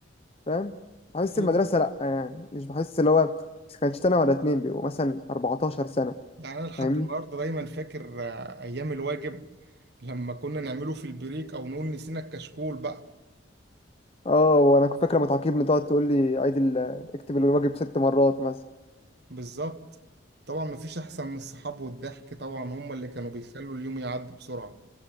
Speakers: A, on the left (about 30°); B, on the right (about 60°).
A: فاهم بحس
B: ايوه
A: المدرسه لا يعني مش بحس اللي هو بس كانش سنه ولا اتنين بيبقوا مثلا 14 سنه
B: يعني أنا لحد
A: فاهمني
B: النهاردة دايما فاكر آه، أيام الواجب لما كنا نعمله في البريك أو نقول نسينا الكشكول بقى
A: اه وانا كنت فاكره لما تعاقبني تقعد تقول لي عيد ال... اكتب الواجب ست مرات مثلا،
B: بالظبط طبعا مفيش أحسن من الصحاب والضحك طبعا هما اللي كانوا بيخلوا اليوم يعدي بسرعة